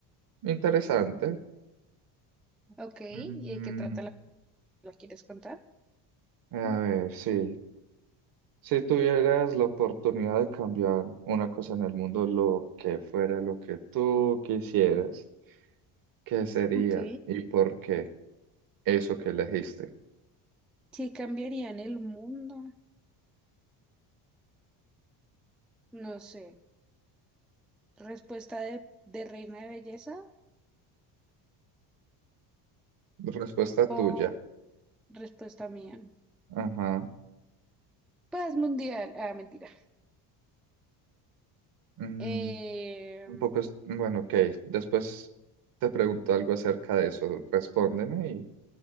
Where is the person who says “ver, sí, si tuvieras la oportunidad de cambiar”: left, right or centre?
Right